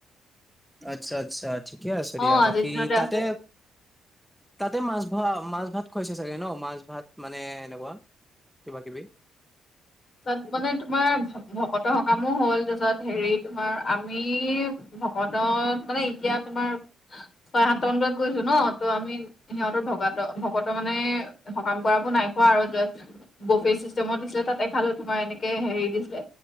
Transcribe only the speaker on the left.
অ
আজিৰ
দিনতে
আছে
তাত মানে তোমাৰ ভকত সকামো হ'ল। তাৰপিছত হেৰি তোমাৰ আমি ভকতক মানে এতিয়া তোমাৰ ছয় সাতটা মান বজাত গৈছোঁ ন। ত' আমি সিহঁতৰ ভকত ভকত মানে সকাম কৰাবোৰ নাই কোৱা আৰু বোফে চিষ্টেমত দিছিলে তাত ফালত তোমাৰ এনেকে হেৰি দিছিলে